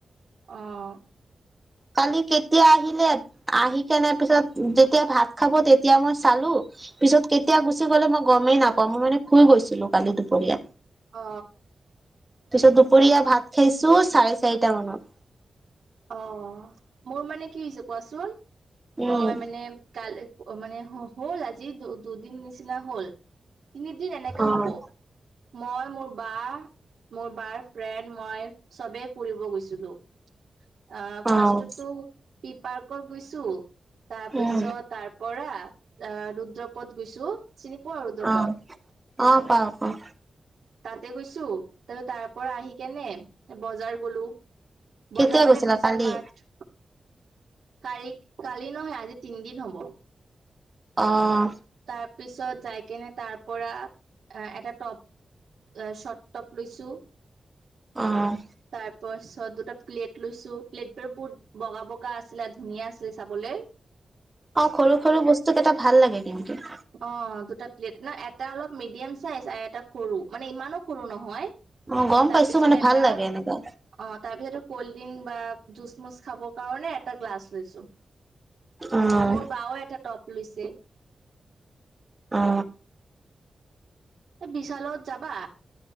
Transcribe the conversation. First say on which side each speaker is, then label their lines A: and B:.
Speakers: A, on the right; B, on the right.
A: অ
B: কালি কেতিয়া আহিলে আহি কেনে পিছত যেতিয়া ভাত খাব তেতিয়া মই চালো। পিছত কেতিয়া গুচি গ'লে মই গমেই নাপাওঁ মই মানে শুই গৈছিলো কালি দুপৰীয়া
A: অ
B: তাৰপিছত দুপৰীয়া ভাত খাইছো চাৰে চাৰিটা মানত
A: অ মোৰ মানে কি হৈছে কোৱাচোন
B: উম,
A: মই মানে কাল মানে হ'ল আজি দুদিন নিচিনা হল। তিনিদিন এনেকা
B: অ',
A: হব মই মোৰ বা মোৰ বাৰ ফ্ৰেণ্ড মই চবেই ফুৰিব গৈছিলো। অ ফাৰ্ষ্টতো
B: অ',
A: পি পাৰ্কত গৈছো। তাৰ পিছত
B: উম,
A: তাৰ পৰা আহ ৰুদ্ৰপদ গৈছো চিনি পোৱা ৰুদ্ৰপথ
B: অ অ পাও পাও
A: তাতে গৈছো তাৰপিছত তাৰ পৰা আহি কেনে বজাৰ গলো।
B: কেতিয়া
A: বজাৰ মানে
B: গৈছিলা
A: বিশাল
B: কালি?
A: মাক কালি কালি নহয় আজি তিনিদিন হ'ব।
B: অহ
A: তাৰ পিছত যাই কেনে তাৰ পৰা এটা টপ এ শৰ্ট টপ লৈছো
B: অ',
A: তাৰপাছত দুটা প্লেট লৈছো। প্লেট বোৰ বহুত বগা বগা আছিলে ধুনীয়া আছিলে চাবলে
B: অ সৰু সৰু বস্তু কেইটা ভাল লাগে কিন্তু।
A: অ দুটা প্লেট না এটা অলপ মিডিয়াম চাইজ আৰু এটা সৰু। মানে ইমানো সৰু নহয়।
B: অ', গম
A: তাৰপিছত
B: পাইছো মানে
A: এটা
B: ভাল লাগে এনেকা।
A: অ, তাৰপিছটো ক'ল্ড ড্ৰিংক বা জুচমচ্‌ খাবৰ কাৰণে এটা গ্লাছ লৈছো।
B: অ',
A: আৰু মোৰ বাও এটা টপ্‌ লৈছে।
B: অ
A: এই বিশালত যাবা?